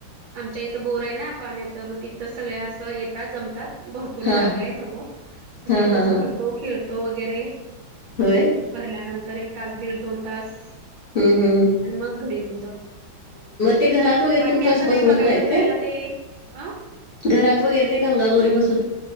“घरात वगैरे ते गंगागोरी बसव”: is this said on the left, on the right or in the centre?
Left